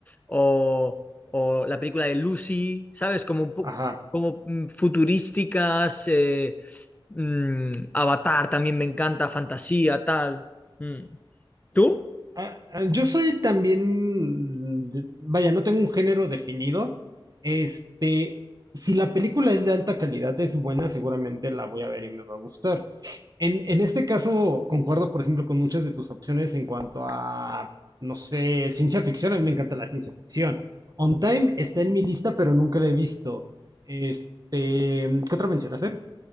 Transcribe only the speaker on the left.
o, o la película de Lucy, ¿sabes? Como, un po-
como mm, futurísticas, eh, mm, Avatar también me encanta, fantasía, tal. Mm. ¿Tú?